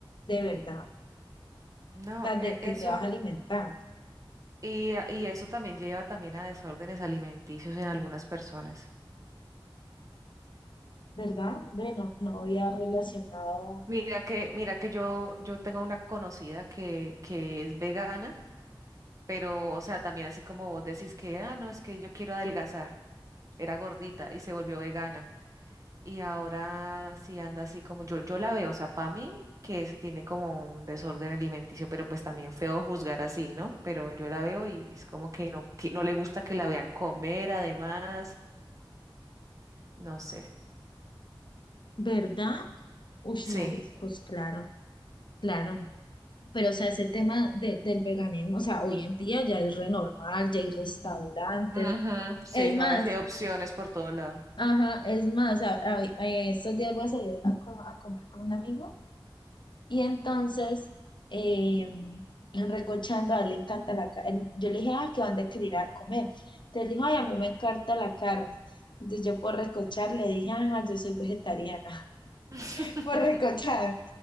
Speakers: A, on the left; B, on the right.
A: de verdad.
B: No,
A: sea, de
B: e-
A: que
B: eso,
A: te vas a alimentar,
B: y, a- y eso también lleva también a desórdenes alimenticios en algunas personas.
A: ¿verdad? Bueno, no había relacionado,
B: Mira que, mira que yo, yo tengo una conocida que, que es vegana, pero, o sea, también así como vos decís que, ah, no, es que yo quiero adelgazar. Era gordita y se volvió vegana. Y ahora sí anda así como yo, yo la veo, o sea, para mí que es- tiene como un desorden alimenticio, pero pues también feo juzgar así, ¿no? Pero yo la veo y es como que no, que no le gusta que la vean comer, además, no sé.
A: ¿verdad? Ush,
B: Sí,
A: mariscos, claro, claro. Pero, o sea, ese tema de- del veganismo, o sea, hoy en día ya es re normal, ya hay restaurantes.
B: ujú, Sí,
A: Es más,
B: ahora sí hay <laughs> opciones por todo lado.
A: ajá, es más, a- a- a- estos días voy a salir a, co- a comer con un amigo Y entonces, eh, en Recochando, a él le encanta la carne. Yo le dije, ah, ¿qué dónde querer ir a comer? Entonces dijo, ay, a mí me encanta la carne. Entonces yo por recochar le dije, ajá, yo soy vegetariana,
B: <laughs>
A: <laughs> por recochar.